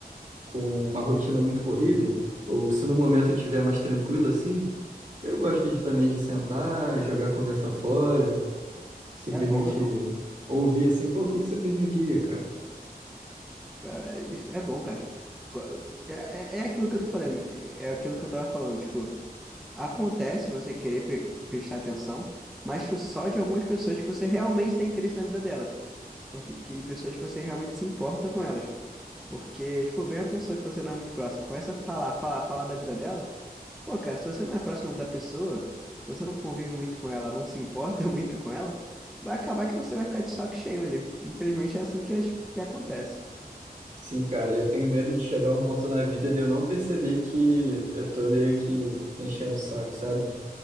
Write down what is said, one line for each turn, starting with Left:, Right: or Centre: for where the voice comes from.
Right: com uma rotina muito corrida, ou se no momento eu tiver mais tranquilo, assim, eu gosto de, também de sentar, jogar a conversa fora, simplesmente
Centre: É bom, é bom.
Right: ouvir, assim, pô, o que que você fez no dia, cara?
Centre: É, é- isso- é bom, cara. Tipo, co- É, é é aquilo que eu tô falando, é é aquilo que eu tava falando. Tipo, acontece você querer pre- prestar atenção, mas tipo, só de algumas pessoas que você realmente tem interesse na vida delas. Porque, que pessoas que você realmente se importa com elas. Porque, tipo, vem uma pessoa que você não é muito próximo, começa a falar, falar, falar da vida dela. Pô, cara, se você não é próximo da pessoa, se você não convive muito com ela, não se importa <laughs> muito com ela, vai acabar que você vai ficar de saco cheio, olha. Infelizmente é assim que, as- que acontece.
Right: Sim, cara, eu tenho medo de chegar a um ponto na vida de eu não perceber que eu tô meio que enchendo o saco, sabe?